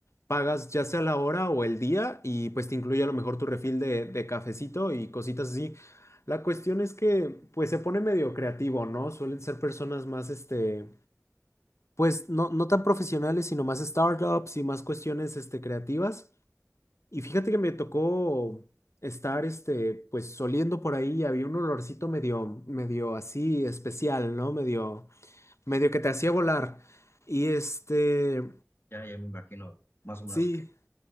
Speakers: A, on the left; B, on the left.
A: pagas ya sea la hora o el día y pues te incluye a lo mejor tu refil de, de cafecito y cositas así. La cuestión es que pues se pone medio creativo, ¿no? Suelen ser personas más este pues no, no tan profesionales, sino más startups y más cuestiones este, creativas. Y fíjate que me tocó estar este, pues oliendo por ahí y había un olorcito medio, medio así especial, ¿no? Medio, medio que te hacía volar. Y este,
B: Ya, ya me imagino, más o
A: sí,
B: menos que.